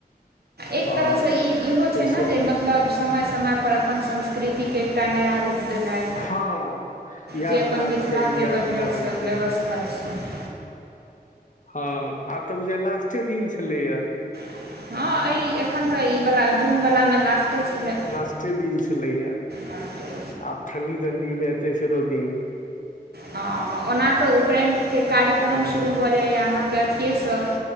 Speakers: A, on the right; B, on the left.
A: एक
B: आओर
A: तरहसँ ई इहो
B: फेर
A: छै
B: सब
A: ने जे मतलब समय समय पर अपन संस्कृतिके एकटा नया रूप देनाइ
B: हँ याद
A: जे अपन
B: एबाक
A: मिथिलाके
B: चाही याद
A: बढ़िआँसँ
B: दिलाबै छै
A: व्यवस्था छै <inaudible>
B: हँ आब तऽ ओझा लास्टे दिन छलैए
A: <inaudible> हँ एइ एखन तऽ ई व जून वलामे लास्टे छलै
B: लास्टे दिन छलैया
A: लास्टे
B: आब ठण्डी ठण्डी में तेसरे ओ दिन
A: ह ओना तऽ उपनयनके कार्यक्रम
B: हँ
A: शुरू भऽ जाइए अहाँके अथिएसँ